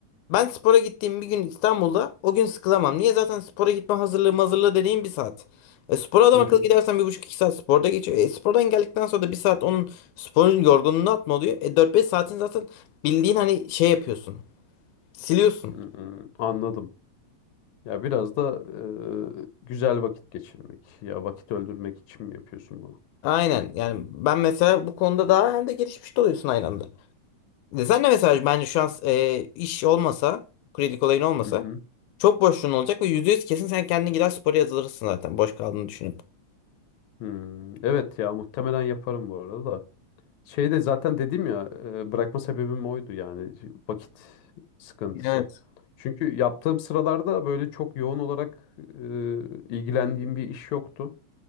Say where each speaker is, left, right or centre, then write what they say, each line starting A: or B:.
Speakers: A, on the left (about 85°); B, on the left (about 75°).
A: Ben spora gittiğim bir gün İstanbul'da o gün sıkılamam. Niye? Zaten spora gitme hazırlığı hazırlığı dediğim bir saat. E, spora adam
B: Hı
A: akıllı
B: hı.
A: gidersen bir buçuk iki saat sporda geçiyor. E, spordan geldikten sonra da bir saat onun sporun yorgunluğunu atma oluyor. E, dört beş saatin zaten bildiğin hani şey yapıyorsun. Siliyorsun.
B: Hı hı. Anladım. Ya biraz da e, güzel vakit geçirmek. Ya vakit öldürmek için mi yapıyorsun bunu?
A: Aynen. Yani ben mesela bu konuda daha hem de gelişmiş de oluyorsun aynı anda. E, Sen de mesela bence şu an e, iş olmasa, kredi olayın olmasa
B: Hı hı.
A: çok boşluğun olacak ve %100 kesin sen kendin gider spora yazılırsın zaten boş kaldığını düşünüp.
B: Hmm. Evet ya muhtemelen yaparım bu arada da. Şeyde zaten dedim ya e, bırakma sebebim oydu yani vakit sıkıntısı.
A: Evet.
B: Çünkü yaptığım sıralarda böyle çok yoğun olarak e, ilgilendiğim bir iş yoktu.